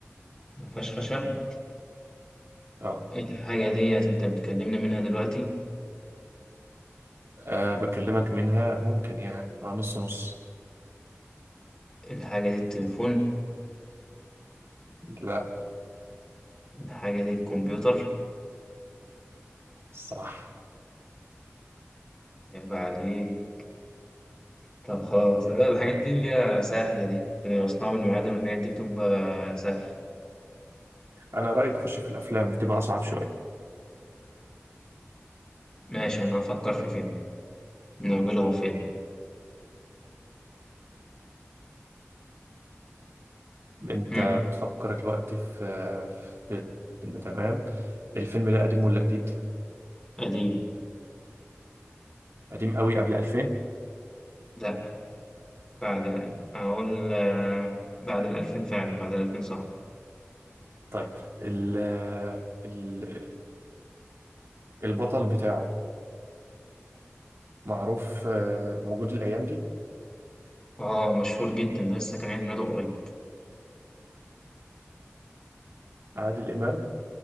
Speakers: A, on the left; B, on the right.
A: مفيهاش خشب
B: اه
A: الحاجة ديت انت بتكلمني منها دلوقتي
B: أه بكلمك منها ممكن يعني أه نص نص
A: الحاجة دي التليفون
B: لا
A: الحاجة دي الكمبيوتر
B: صح
A: يبقى عليه طب خلاص
B: يا
A: لا، الحاجات
B: ولد
A: دي اللي هي سهلة دي مصنوعة من المعادن والحاجات دي بتبقى سهلة
B: أنا رأيي تخش في الأفلام بتبقى أصعب شوية
A: ماشي أنا هفكر في فيلم نقول أهو فيلم
B: أنت
A: مم.
B: بتفكر دلوقتي في في فيلم تمام الفيلم ده قديم ولا جديد؟
A: قديم
B: قديم قوي قبل 2000
A: لأ بعد ال- أقول آه، بعد الألفين فعلا بعد الألفين صح
B: طيب ال ال البطل بتاعه معروف آه، موجود الأيام دي
A: اه مشهور جدا ده لسه كان عيد ميلاده قريب
B: عادل إمام